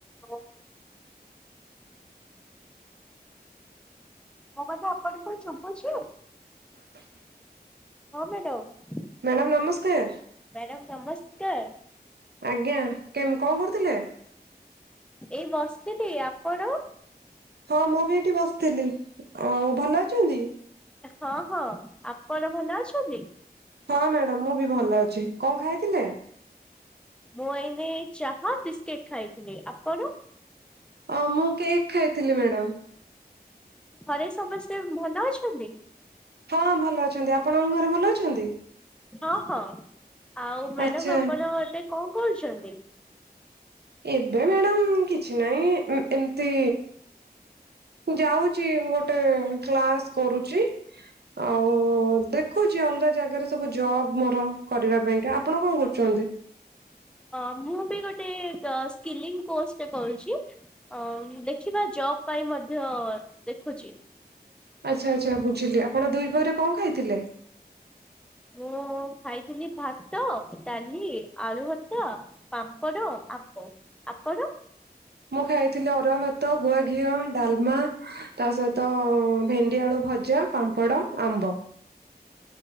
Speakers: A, in the centre; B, on the right.
A: ହୋଉ। ମୋ କଥା ଆପଣଙ୍କୁ ଶୁଭୁଛି?
B: <inaudible>
A: ହଁ ମ୍ୟାଡମ।
B: ମ୍ୟାଡ଼ାମ ନମସ୍କାର।
A: ମ୍ୟାଡ଼ାମ ନମସ୍କାର।
B: ଆଜ୍ଞା କେମ୍ କଣ କରୁଥିଲେ?
A: ଏଇ ବସିଥିଲି। ଆପଣ?
B: ହଁ ମୁଁ ବି ଏଇଠି ବସଥିଲି। ଆଉ ଭଲ ଅଛନ୍ତି?
A: ହଁ ହଁ। ଆପଣ ଭଲ ଅଛନ୍ତି?
B: ହଁ ମ୍ୟାଡ଼ାମ ମୁଁ ବି ଭଲ ଅଛି କଣ ଖାଇଥିଲେ।
A: ମୁଁ ଏଇନେ ଚାହା ବିସ୍କିଟ୍ ଖାଇଥିଲି ଆପଣ।
B: ଅଉ ମୁଁ କେକ୍ ଖାଇଥିଲି ମ୍ୟାଡ଼ାମ।
A: ଘରେ ସମସ୍ତେ ଭଲ ଅଛନ୍ତି।
B: ହଁ ଭଲ ଅଛନ୍ତି ଆପଣଙ୍କ ଘରେ ଭଲ ଅଛନ୍ତି।
A: ହଁ ହଁ ଆଉ ମ୍ୟାଡ଼ାମ
B: ଆଚ୍ଛା
A: ଆପଣ ଏବେ କଣ କରୁଛନ୍ତି।
B: ଏବେ ମ୍ୟାଡ଼ାମ କିଛି ନାହିଁ ଉଁ ଏମତି। ମୁଁ ଯାଉଛି ଗୋ କ୍ଲାସ୍ କରୁଛି। ଆଉ ଦେଖୁଛି ଅଲଗା ଜାଗାରେ ସବୁ ଜବ ମୋର କରିବା ପାଇଁକା ଆପଣ କଣ କରୁଛନ୍ତି।
A: ଅ ମୁଁ ବି ଗୋଟେ ସ୍କିଲିଂ କୋର୍ସଟେ କରୁଛି। ଅ ମ୍ ଦେଖିବା ଜବ୍ ପାଇଁ ମଧ୍ୟ ଦେଖୁଛି।
B: ଆଚ୍ଛା ଆଚ୍ଛା ବୁଝିଲି ଆପଣ ଦୁଇ ପହରେ କଁ ଖାଇଥିଲେ।
A: ମୁଁ ଖାଇଥିଲି ଭାତ ଡାଲି ଆଳୁ ଭର୍ତ୍ତା। ପାମ୍ପଡ଼ ଆମ୍ବ ଆପଣ।
B: ମୁଁ ଖାଇଥିଲି ଅରୁଆ ଭାତ ଗୁଆ ଘିଅ ଡଲମା। ତା ସହିତ ଭେଣ୍ଡି ଆଳୁ ଭଜା ପାମ୍ପଡ଼ ଆମ୍ବ।